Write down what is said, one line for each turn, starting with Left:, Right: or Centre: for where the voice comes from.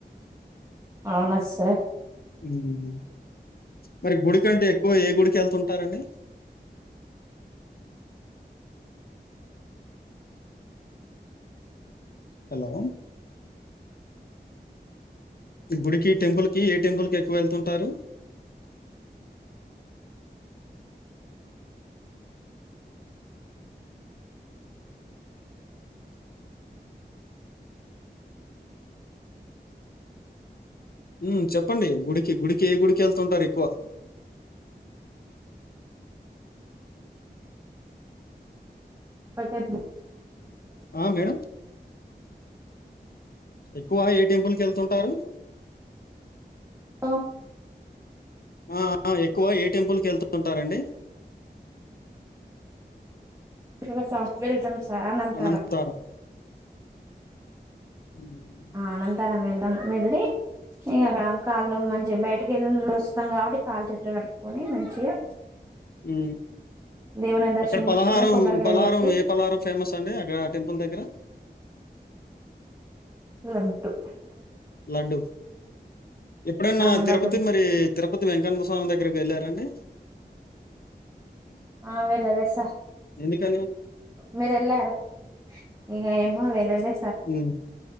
Right: అవున సార్
Left: హు మరి గుడికంటే ఎక్కువ ఏ గుడి వెళ్తుంటారండి హలో గుడికి టెంపుల్ కి ఏ టెంపుల్ కి ఎక్కువ వెళ్తుంటారు ఊ చెప్పండి గుడికి గుడికి ఏ గుడికి వెళ్తుంటారు ఎక్కువ
Right: ఉప్పల్ టెంపుల్
Left: ఆ మేడం ఎక్కువ ఏ టెంపుల్ కు వెళ్తుంటారు
Right: ఆ
Left: ఆ ఎక్కువ ఏ టెంపుల్ క వెళ్తు ఉంటారండి
Right: <unintelligible> వెళ్తాం సార్ అంటారు
Left: అనంతారం. హ్మ్.
Right: అనంతరం వెళ్ళాం వెళ్లి ఇంకా కాళ్ళు మంచిగా బయటికి వెళ్ళి వస్తాం కాబట్టి కాళ్ళ చేతులు కడుపుకొని మంచిగా
Left: హు
Right: దేవుని దర్శనించుకొని
Left: అక్కడ పలహారం
Right: కొబ్బరికాయ
Left: పలహారం
Right: కొట్టి
Left: ఏ పలహారం ఫేమస్ అండి అక్కడ టెంపుల్ దగ్గర
Right: లడ్డూ
Left: లడ్డు ఎప్పుడైన
Right: ఆ
Left: తిరుపతి
Right: లడ్డు
Left: మరి తిరుపతి వెంకన్న స్వామి దగ్గరకి వెళ్ళారండి
Right: ఆ వెళ్ళేలా సార్
Left: ఎందుకని?
Right: మీరు వెళ్ళారా ఏమో వెళ్లేలే
Left: హు